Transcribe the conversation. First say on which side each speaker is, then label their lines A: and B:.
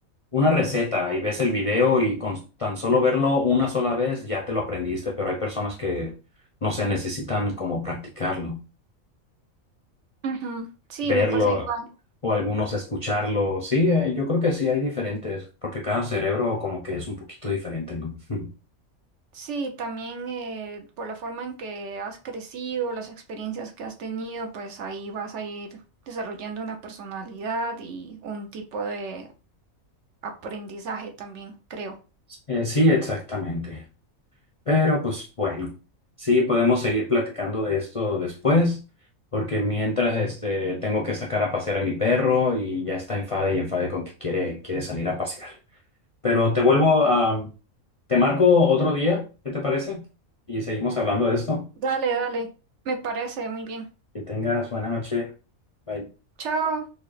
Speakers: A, on the left (about 40°); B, on the right (about 65°).
A: una receta y ves el video y con tan solo verlo una sola vez ya te lo aprendiste, pero hay personas que, no sé, necesitan como practicarlo,
B: Ujú. Sí,
A: verlo
B: me pasa igual.
A: o algunos escucharlo. Sí, eh, yo creo que sí hay diferentes, porque cada cerebro como que es un poquito diferente, ¿no? <laughs>
B: Sí, también eh, por la forma en que has crecido, las experiencias que has tenido, pues ahí vas a ir desarrollando una personalidad y un tipo de aprendizaje también, creo.
A: Eh, sí, exactamente. Pero pues bueno, sí, podemos seguir platicando de esto después, porque mientras este, tengo que sacar a pasear a mi perro y ya está enfada y enfade con que quiere, quiere salir a pasear. Pero te vuelvo a, te marco otro día, ¿qué te parece? Y seguimos hablando de esto.
B: Dale, dale. Me parece muy bien.
A: Que tengas buena noche. Bye.
B: Chao.